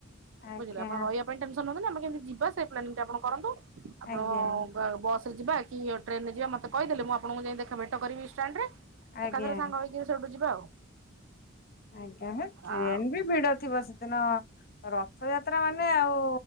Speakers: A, on the left; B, on the right.
A: ଆଜ୍ଞା
B: ବୁଝିଲେ ଆପଣ ରହିବା ପାଇଁ ଟେଂସନ୍ ନି ଆମେ କେମିତି ଯିବା ସେ ପ୍ଲାନ୍ ଆପଣ କରନ୍ତୁ ଆପଣ
A: ଆଜ୍ଞା
B: ଆଉ ବସରେ ଯିବା କି ଟ୍ରେନ ରେ ଯିବା ମତେ କହିଦେଲେ ମୁଁ ଆପଣଙ୍କୁ ଯାଇ ଦେଖା ଭେଟ କରିବି ଷ୍ଟାଣ୍ଡ ରେ
A: ଆଜ୍ଞା
B: ଏକାଥରେ ସାଙ୍ଗ ହେଇକିରି ସେଉଠୁ ଯିବା ଆଉ
A: ଆଜ୍ଞା ଟ୍ରେନ
B: ଆଉ
A: ବି ଭିଡ଼ ଥିବ ସେଦିନ ରଥଯାତ୍ରା ମାନେ ଆଉ